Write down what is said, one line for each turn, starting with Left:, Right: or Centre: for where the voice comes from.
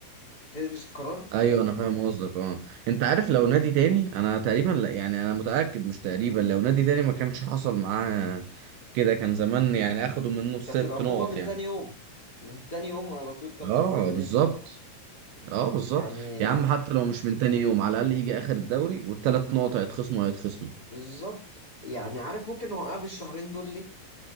Left: تدرس القرار
Right: ايوه انا فاهم قصدك اه انت عارف لو نادي تاني انا تقريبا لا يعني انا متاكد مش تقريبا لو نادي تاني ما كانش حصل معاه كده كان زمان يعني اخدوا منه ست
Left: كانت العقوبة
Right: نقط
Left: من
Right: يعني
Left: تاني يوم من تاني يوم على طول كانت
Right: اه
Left: العقوبة نزلت
Right: بالظبط اه بالظبط
Left: يعني
Right: يا عم حتى لو مش من تاني يوم على الاقل يجي اخر الدوري والثلاث نقط هيتخصموا هيتخصموا
Left: بالظبط يعني عارف ممكن هو قعد الشهرين دول ليه